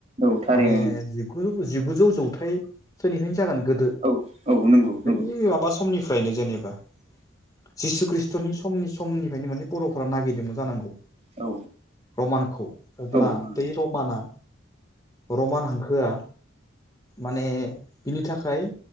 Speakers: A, on the right (about 35°); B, on the left (about 20°).
A: औ थारैनो
B: माने जि जिगुजौ जौथसोनिफ्रायनो जागोन गोदो
A: औ औ नंगौ नंगौ
B: बै माबा समनिफ्रायनो जेनेबा जिसु खृष्टनि समनि समनिफ्रायनो माने बर'फोरा नागिरदोंमोन जानांगौ ।
A: औ
B: रमानखौ अब्ला
A: औ नंगौ
B: बै रमाना रमान हांखोआ माने बिनि थाखाय